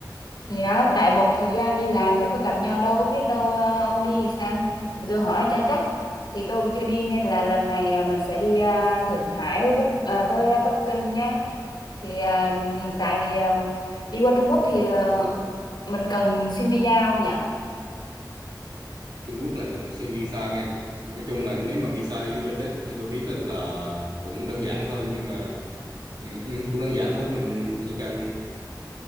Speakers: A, on the left (about 85°); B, on the right (about 75°).
A: thì đó tại một thời gian đi làm rồi có gặp nhau đâu biết đâu ờ, ông đi thì sao thì tôi hỏi cho chắc thì tôi cũng chưa đi nên là lần này ờ, mình sẽ đi ờ, Thượng Hải với, Búc- ờ, với Bắc Kinh nhá thì ờ, hiện tại thì ờ, đi qua Trung Quốc thì ờ, mình cần xin visa không nhỉ
B: Trung Quốc là cần xin visa nha nói chung là nếu mà visa du lịch ấy, như tôi biết á là cũng đơn giản thôi nhưng mà ừ, ừ, cũng đơn giản thôi mình chỉ cần